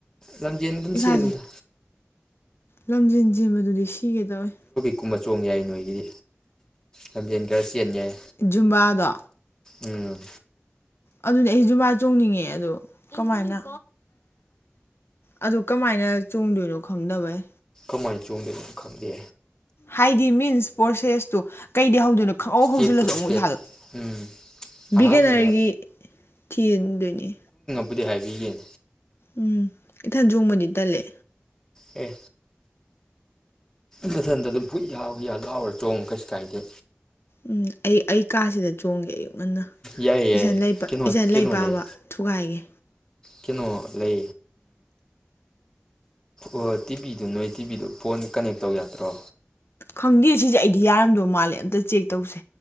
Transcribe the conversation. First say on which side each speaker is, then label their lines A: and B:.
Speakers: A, on the left; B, on the left.
A: ꯂꯝꯖꯦꯟꯗꯨꯝ
B: ꯏꯁꯥꯁꯦ
A: ꯆꯦꯜꯂꯨꯗ
B: ꯂꯝꯖꯦꯟ ꯆꯦꯟꯕꯗꯨꯗꯤ ꯁꯤ ꯏꯒꯦ ꯇꯧꯏ
A: ꯀꯨꯝꯃ ꯆꯣꯡ ꯌꯥꯏ ꯅꯣꯏꯗꯤ ꯂꯝꯖꯦꯟ ꯈꯔ ꯆꯦꯟ ꯌꯥꯏ
B: ꯨꯖꯨꯝꯕꯥꯗꯣ
A: ꯎꯝ
B: ꯑꯗꯨꯅꯦ ꯑꯩ ꯖꯨꯃꯥ ꯆꯣꯡꯅꯤꯡꯉꯦ ꯑꯗꯣ ꯀꯃꯥꯏꯅ ꯑꯗꯨ ꯀꯃꯥꯏꯅ ꯆꯣꯡꯗꯣꯏꯅꯣ ꯈꯪꯗꯕꯩ
A: ꯀꯃꯥꯏ ꯆꯣꯡꯗꯣꯏꯅꯣ ꯈꯪꯗꯦ
B: ꯍꯥꯏꯗꯤ ꯃꯤꯟꯁ ꯄꯣꯔꯁꯦꯁꯇꯣ ꯀꯩꯗꯤ ꯍꯧꯗꯣꯅꯣ ꯈꯪꯍꯎ ꯍꯧꯖꯤꯜꯂꯁꯨ
A: ꯏꯁꯇꯦꯞ ꯇꯨ
B: ꯑꯃꯨꯛ
A: ꯏꯁꯇꯦꯞ
B: ꯏꯁꯥꯗꯣ
A: ꯎꯝ
B: ꯕꯤꯒꯅꯔꯒꯤ
A: ꯑꯍꯥꯟꯕꯗ
B: ꯊꯤꯗꯣꯏꯅꯤ
A: <unintelligible> ꯍꯥꯏꯕꯤꯒꯦ
B: ꯎꯝ ꯏꯊꯟ ꯆꯣꯡꯕꯗꯤ ꯇꯜꯂꯦ
A: ꯑꯦ ꯃꯊꯟꯗ ꯑꯗꯨ ꯕꯨꯨꯠ ꯌꯥꯎ ꯂꯥꯎꯔ ꯆꯣꯡꯉ ꯀꯩꯁꯨ ꯀꯥꯏꯗꯦ
B: ꯎꯝ ꯑꯩ ꯑꯩ ꯀꯥꯁꯤꯗ ꯆꯣꯡꯒꯦ ꯑꯩꯌꯨꯛ ꯉꯟꯅ
A: ꯌꯥꯏꯌꯦ
B: ꯏꯖꯟ
A: ꯌꯥꯏꯌꯦ
B: ꯂꯥꯏ
A: ꯀꯩꯅꯣ
B: ꯏꯖꯟ
A: ꯀꯩꯅꯣ
B: ꯂꯥꯏꯔꯤꯛ ꯄꯥꯕ
A: ꯂꯩ
B: ꯊꯨꯒꯥꯏꯒꯦ
A: ꯀꯩꯅꯣ ꯂꯩ ꯎ ꯇꯤꯚꯤꯗꯨ ꯅꯣꯏ ꯇꯤꯚꯤꯗꯨ ꯐꯣꯟ ꯀꯅꯦꯛ ꯇꯧ ꯌꯥꯗ꯭ꯔꯣ
B: ꯈꯪꯗꯦ ꯁꯤꯁꯦ ꯑꯩꯗꯤ ꯌꯥꯔꯝꯗꯣꯏ ꯃꯥꯜꯂꯦ ꯑꯝꯇ ꯆꯦꯛ ꯇꯧꯁꯦ